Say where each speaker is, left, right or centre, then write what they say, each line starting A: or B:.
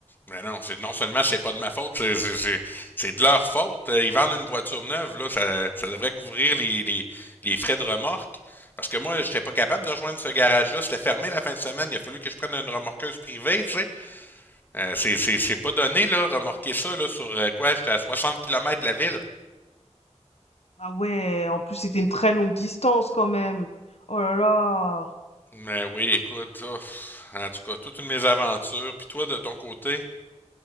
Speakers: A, on the left (about 15°); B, on the left (about 60°).
A: Mais non, c'est non seulement c'est pas de ma faute, c'est, c'est, c'est- c'est de leur faute. Euh, Ils vendent une voiture neuve, là, ça, ça devrait couvrir les, les, les frais de remorque. Parce que moi, j'étais pas capable de rejoindre ce garage-là. C'était fermé la fin de semaine. Il a fallu que je prenne une remorqueuse privée, tu sais. Euh, c'est, c'est, c'est pas donné, là, remorquer ça, là, sur euh, quoi? J'étais à soixante kilomètres de la ville.
B: Ah ouais, en plus c'était une très longue distance quand même. Oh là là.
A: Mais oui, écoute, ouf. en tout cas, toute une aventures. Puis toi, de ton côté?